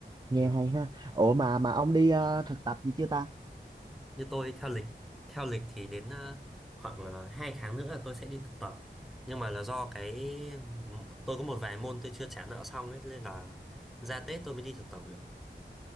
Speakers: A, on the right; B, in the centre.
A: nghe
B: Ờ,
A: hay ha. Ủa mà mà ông đi ờ, thực tập gì chưa ta?
B: Như tôi theo lịch theo lịch thì đến ờ, khoảng uh, 2 tháng nữa là tôi sẽ đi thực tập nhưng mà là do cái m- tôi có một vài môn tôi chưa trả nợ xong ấy nên là ra Tết tôi mới đi thực tập được